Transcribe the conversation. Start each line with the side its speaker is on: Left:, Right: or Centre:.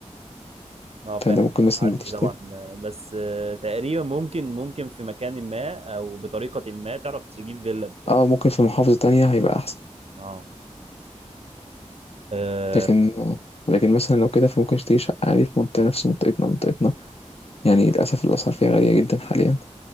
Right: اه فعلا
Left: فأنت ممكن
Right: بتعدي
Left: مثلا تشتري
Right: طبعا آه، بس آه، تقريبا ممكن ممكن في مكان ما او بطريقه ما تعرف تجيب فيلا ب-
Left: اه ممكن في
Right: بمليون
Left: محافظة تانية هيبقى أحسن
Right: اه اه
Left: لكن لكن مثلا لو كده فممكن اشتري شقة عادي في منطقة نفس منطقتنا منطقتنا يعني للأسف الأسعار فيها غالية جدا حاليا